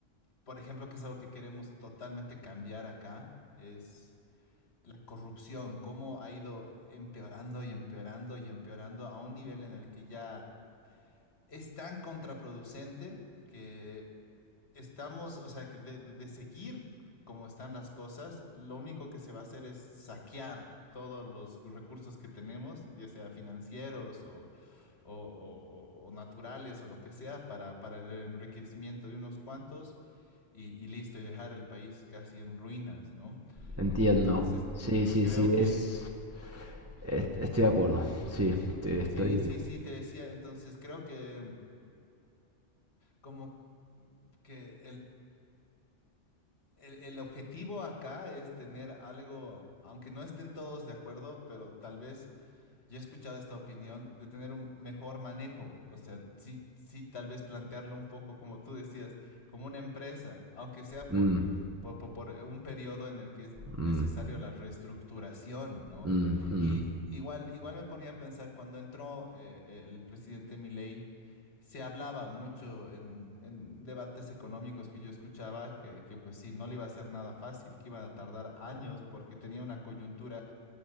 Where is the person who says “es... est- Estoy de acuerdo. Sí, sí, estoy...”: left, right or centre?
Right